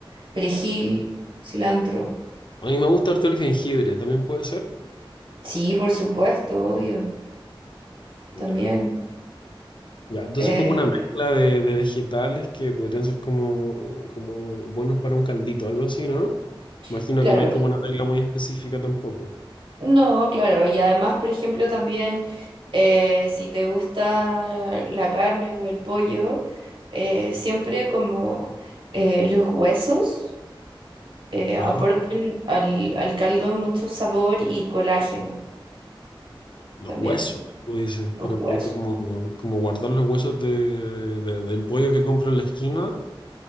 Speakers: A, on the right (about 70°); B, on the left (about 60°).
A: perejil, cilantro.
B: A mí me gusta harto el jengibre, ¿también puede ser?
A: Sí, por supuesto, obvio.
B: Ya.
A: También,
B: Ya, entonces
A: eh,
B: como una mezcla de, de vegetales que podrían ser como, como buenos para un caldito, algo así, ¿no?
A: <laughs>
B: Imagino
A: claro,
B: que no hay como una regla muy específica tampoco.
A: no, claro, y además, por ejemplo, también eh, si te gusta la carne o el pollo, eh, siempre como eh, los huesos eh, aportan
B: Ajá.
A: al, al caldo mucho sabor y colágeno
B: Los
A: también,
B: huesos, tú dices,
A: los
B: pero
A: huesos.
B: o como, como guardar los huesos de, de- del pollo que compro en la esquina